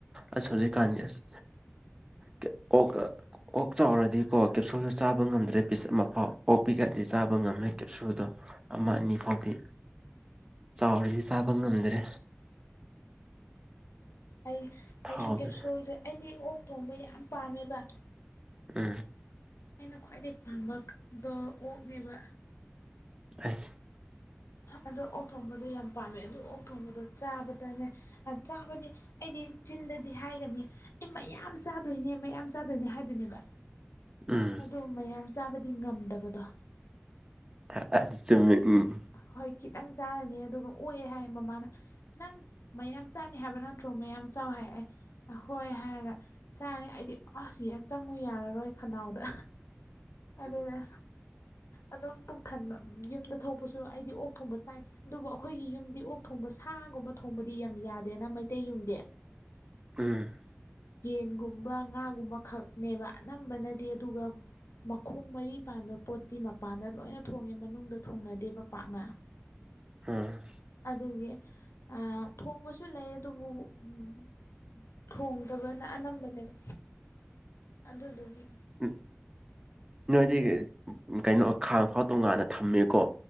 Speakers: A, on the right; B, on the left.
A: ꯑꯁ ꯍꯧꯖꯤꯛꯀꯥꯟꯗꯤ ꯑꯁ ꯀꯦ ꯑꯣꯛ ꯀ ꯑꯣꯛ ꯆꯥꯎꯔꯗꯤꯀꯣ ꯀꯦꯞꯁꯨꯜꯗꯣ ꯆꯥꯕ ꯉꯝꯗ꯭ꯔꯦ ꯄꯤꯁ ꯑꯃꯐꯥꯎ ꯑꯣꯛꯄꯤꯛ ꯑꯗꯤ ꯆꯥꯕ ꯉꯝꯃꯦ ꯀꯦꯞꯁꯨꯗꯣ ꯑꯃ ꯑꯅꯤ ꯐꯥꯎꯗꯤ ꯆꯥꯎꯔꯗꯤ ꯆꯥꯕ ꯉꯝꯗ꯭ꯔꯦ
B: ꯑꯩ
A: ꯊꯥꯎꯗꯨ
B: ꯑꯩꯁꯨ ꯀꯦꯞꯁꯨꯜꯁꯦ ꯑꯩꯗꯤ ꯑꯣꯛ ꯊꯣꯡꯕ ꯌꯥꯝ ꯄꯥꯝꯃꯦꯕ
A: ꯎꯝ
B: ꯑꯩꯅ ꯈ꯭ꯋꯥꯏꯗꯩ ꯄꯥꯝꯕꯗꯣ ꯑꯣꯛꯅꯦꯕ
A: ꯑꯁ
B: ꯑꯗꯣ ꯑꯣꯛ ꯊꯣꯡꯕꯗꯣ ꯌꯥꯝ ꯄꯥꯝꯃꯦ ꯑꯗꯨ ꯑꯣꯛ ꯊꯣꯡꯕꯗꯣ ꯆꯥꯕꯗꯅꯦ ꯑꯆꯥꯕꯗꯤ ꯑꯩꯗꯤ ꯆꯤꯟꯗꯗꯤ ꯍꯥꯏꯒꯅꯤ ꯑꯩ ꯃꯌꯥꯝ ꯆꯥꯗꯣꯏꯅꯦ ꯃꯌꯥꯝ ꯆꯥꯗꯣꯏꯅꯦ ꯍꯥꯏꯗꯣꯏꯅꯦꯕ
A: ꯎꯝ
B: ꯑꯗꯣ ꯃꯌꯥꯝ ꯆꯥꯕꯗꯤ ꯉꯝꯗꯕꯗꯣ
A: ꯑ ꯑ ꯆꯨꯝꯃꯤ ꯎꯝ
B: ꯍꯣꯏ ꯈꯤꯇꯪ ꯆꯥꯔꯅꯤ ꯑꯗꯨꯒ ꯑꯣꯛꯑꯦ ꯍꯥꯏꯌꯦ ꯃꯃꯥꯅ ꯅꯪ ꯃꯌꯥꯝ ꯆꯥꯅꯤ ꯍꯥꯏꯕ ꯅꯠꯇ꯭ꯔꯣ ꯃꯌꯥꯝ ꯆꯥꯎ ꯍꯥꯏꯑꯦ ꯅꯍꯣꯏ ꯍꯥꯏꯔꯒ ꯆꯥꯔꯦ ꯑꯩꯗꯤ ꯑꯁ ꯌꯦ ꯆꯪꯉꯨ ꯌꯥꯔꯔꯣꯏ ꯈꯅꯥꯎꯗ ꯑꯗꯨꯅꯦ ꯑꯗꯨꯝ ꯄꯨꯛ ꯊꯟꯕ ꯑꯣꯛꯄꯁꯨ ꯑꯩꯗꯤ ꯑꯣꯛ ꯊꯣꯡꯕ ꯆꯥꯏ ꯑꯗꯨꯕꯨ ꯑꯈꯣꯏꯒꯤ ꯌꯨꯝꯗꯤ ꯑꯣꯛ ꯊꯣꯡꯕ ꯁꯥꯒꯨꯝꯕ ꯊꯣꯡꯕꯗꯤ ꯌꯥꯝ ꯌꯥꯗꯦꯅ ꯃꯩꯇꯩ ꯌꯨꯝꯗꯤ
A: ꯎꯝ
B: ꯌꯦꯟꯒꯨꯝꯕ ꯉꯥꯒꯨꯝꯕ ꯈꯛꯅꯦꯕ ꯑꯅꯝꯕꯅꯗꯤ ꯑꯗꯨꯒ ꯃꯈꯣꯡ ꯃꯔꯤ ꯄꯥꯟꯕ ꯄꯣꯠꯇꯤ ꯃꯄꯥꯟꯗ ꯂꯣꯏꯅ ꯊꯣꯡꯉꯦ ꯃꯅꯨꯡꯗ ꯊꯣꯡꯅꯗꯦꯕ ꯄꯥꯛꯅ
A: ꯎꯝ
B: ꯑꯗꯨꯅꯤ ꯑ ꯊꯣꯡꯕꯁꯨ ꯂꯩ ꯑꯗꯨꯕꯨ ꯎꯝ ꯊꯣꯡꯗꯕꯅ ꯑꯅꯝꯕꯅꯦꯕ ꯑꯗꯨꯗꯨꯒꯤ
A: ꯎꯝ ꯅꯣꯏꯗꯤ ꯀꯩꯅꯣ ꯈꯥꯡ ꯐꯥꯎ ꯇꯣꯡꯉꯥꯟꯅ ꯊꯝꯃꯦꯀꯣ